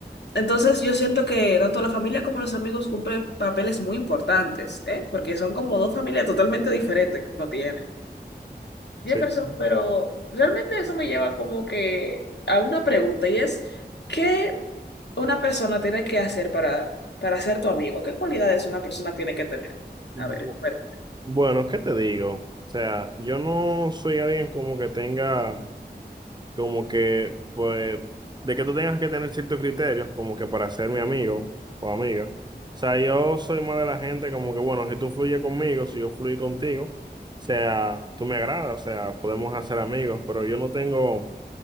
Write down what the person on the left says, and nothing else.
Entonces yo siento que tanto la familia como los amigos cumplen papeles muy importantes, ¿eh? Porque son como dos familias totalmente diferentes que uno tiene. Jefferson,
pero realmente eso me lleva como que a una pregunta y es, ¿qué una persona tiene que hacer para, para ser tu amigo? ¿Qué cualidades una persona tiene que tener?
A ver, bueno.